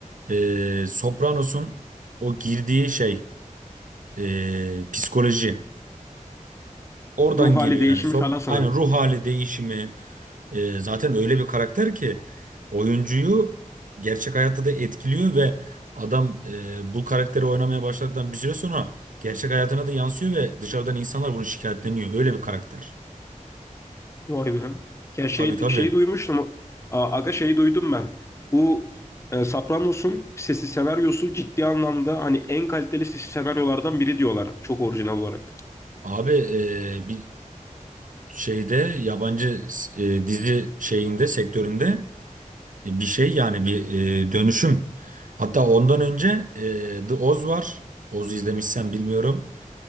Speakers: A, on the right (about 75°); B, on the left (about 20°).
A: e, Sopranos'un o girdiği şey e, psikoloji. Oradan
B: Ruh hali
A: geliyor
B: değişimi
A: yani. Sop,
B: falan sanırım.
A: aynen ruh hali değişimi. E, zaten öyle bir karakter ki oyuncuyu gerçek hayatta da etkiliyor ve adam e, bu karakteri oynamaya başladıktan bir süre sonra gerçek hayatına da yansıyor ve dışarıdan insanlar bunu şikayetleniyor. Öyle bir karakter.
B: Vay be. Ya şey
A: Tabii tabii.
B: şeyi duymuştum A- aga şeyi duydum ben bu e, Sopranos'un sesi senaryosu ciddi anlamda hani en kaliteli sesi senaryolardan biri diyorlar çok orijinal olarak.
A: Abi e, bir şeyde yabancı e, dizi şeyinde sektöründe E, bir şey yani bir e, dönüşüm. Hatta ondan önce e, The Oz var. Oz'u izlemişsen bilmiyorum.